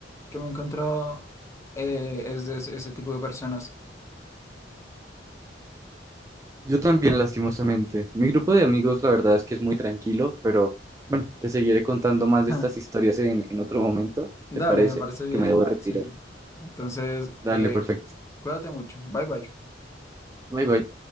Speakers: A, on the left; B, on the right.
A: que me he encontrado eh, es de ese, ese tipo de personas.
B: Yo también, lastimosamente. Mi grupo de amigos, la verdad es que es muy tranquilo, pero bueno, te seguiré contando más de
A: <laughs>
B: estas historias en, en otro momento,
A: Dale,
B: ¿te parece?
A: me parece bien.
B: Que me debo Vale, retirar.
A: Sí. Entonces,
B: Dale,
A: eh,
B: perfecto.
A: cuídate mucho. Bye bye.
B: Bye bye.